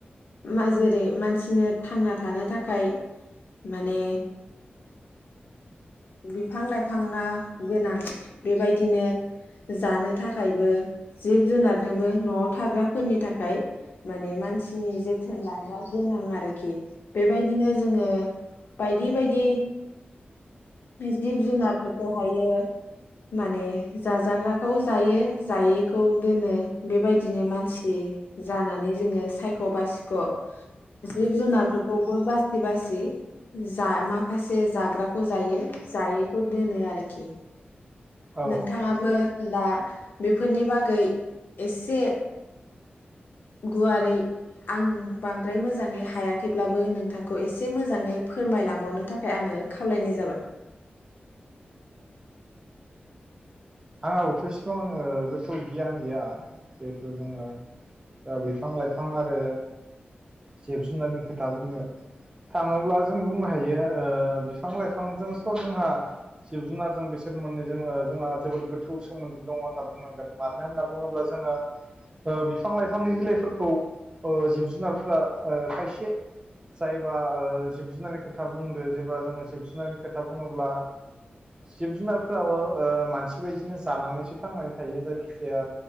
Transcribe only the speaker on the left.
मा जेरै मानसिनो थांना थानो थाखाय माने बिफां लाइफाङा गोनां बेबायदिनो जानो थाखायबो जिब जुनारनोबो न'आव थाग्राफोरनि थाखाय माने मानसि नि जोथोन लानाया गोनां आं आरोखि बेबायदिनो जोङो बायदि बायदि जिब जुनारफोरखौ हायो माने जाजाग्राखौ जायो जायैखौ दोनो बेबायदिनो मानसि जानानै जोङो सायख सिख' बासिख' जिब जुनारफोरखौबो बासि बासि जा माखासे जाग्राखौ जायो जायैखौ दोनो आरोखि
नोंथाङाबो
दा बेफोरनि बागै एसे गुवारै आं बांद्राय मोजाङै हायाखैब्लाबो नोंथांखौ एसे मोजाङै फोरमायलांबावनो थाखाय आङो खावलायनाय जाबाय